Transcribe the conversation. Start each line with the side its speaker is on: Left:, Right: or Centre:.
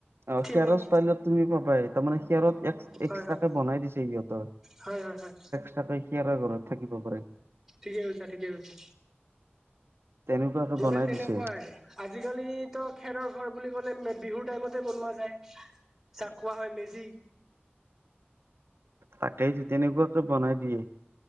Right: অ',
Centre: থিমত
Right: খেয়াৰৰ ষ্টাইলত তুমি পাবাই তাৰমানে খেয়াৰত এক্স',
Centre: হয়
Right: -এক্সট্ৰাকে
Centre: হয়
Right: বনাই দিছে সিহঁতৰ',
Centre: হয়', - হয়', - হয়',
Right: তাকৈ খেয়াৰৰ ঘৰত থাকিব পাৰিম',
Centre: ঠিকে কৈছা - ঠিকে কৈছা,
Right: তেনেকুৱাকে
Centre: মানে
Right: বনাই
Centre: তেনেকুৱা
Right: দিছে
Centre: আৰু', আজিকালিতো খেৰৰ ঘৰ বুলি ক'লে মে', বিহুৰ টাইমতে বনোৱা যায়', যাক কোৱা হয় মেজি।
Right: তাকেতো তেনেকুৱাতে বনাই দিয়ে',